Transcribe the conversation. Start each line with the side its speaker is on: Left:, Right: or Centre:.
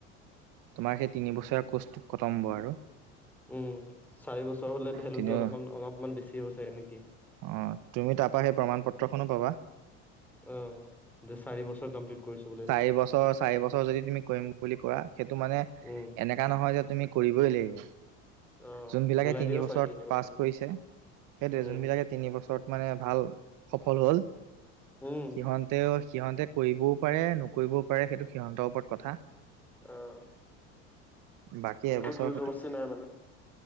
Right: তোমাৰ সেই তিনি বছৰীয়া কোৰ্চটো কতম্ব আৰু।
Centre: উম, চাৰি বছৰ হলে ভেলুটো
Right: কিন্তু
Centre: অলপমান অলপমান বেছি হ'ব ব চাগে নেকি।
Right: অ তুমি তাৰপৰা সেই প্ৰমাণ পত্ৰখনো পাবা।
Centre: অ', দে চাৰি বছৰ কমপ্লিট কৰিছোঁ বুলি ন?
Right: এই বছৰ- চাৰি বছৰ যদি তুমি কৰিম বুলি কোৱা সেইটো মানে
Centre: উম,
Right: এনেককা নহয় যে তুমি কৰিবই লাগিব।
Centre: অ',
Right: যোনবিলাকে
Centre: ওলাই
Right: তিনি
Centre: দিব
Right: বছৰত
Centre: পাৰে বছৰ
Right: পাছ কৰিছে সেইটোৱে
Centre: উম,
Right: যোনবিলাকে তিনি বছৰত মানে ভাল, সফল হ'ল
Centre: উম
Right: সিহঁনতেও, সিহঁতে কৰিবও পাৰে নকৰিবও পাৰে সেইটো সিহঁতৰ ওপৰত কথা।
Centre: অঁ,
Right: বাকী
Centre: একো
Right: এবছৰ
Centre: জোৰ জবস্তি নাই মানে।